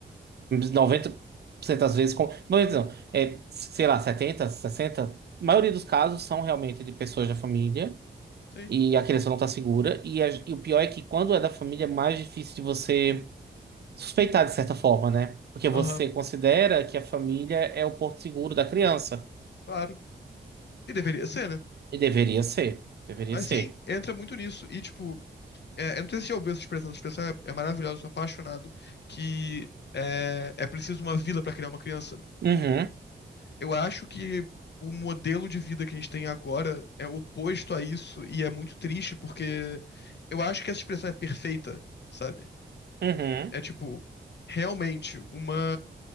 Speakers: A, on the right; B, on the left.
A: 90% das vezes, com, 90 não, é, sei lá, 70, 60, a maioria dos casos são realmente de pessoas da família
B: tem.
A: e a criança não está segura. E, a- e o pior é que quando é da família é mais difícil de você suspeitar de certa forma, né? Porque você
B: Aham,
A: considera que a família é o porto seguro da criança.
B: claro. E deveria ser, né?
A: E deveria ser, deveria
B: Mas
A: ser.
B: sim, entra muito nisso. E, tipo, é, eu não sei se você já ouviu essa expressão, essa expressão é, é maravilhosa, eu sou apaixonado, que é, é preciso uma vila pra criar uma criança.
A: Uhum,
B: Eu acho que o modelo de vida que a gente tem agora é oposto a isso e é muito triste porque eu acho que essa expressão é perfeita, sabe?
A: uhum,
B: É tipo, realmente, uma.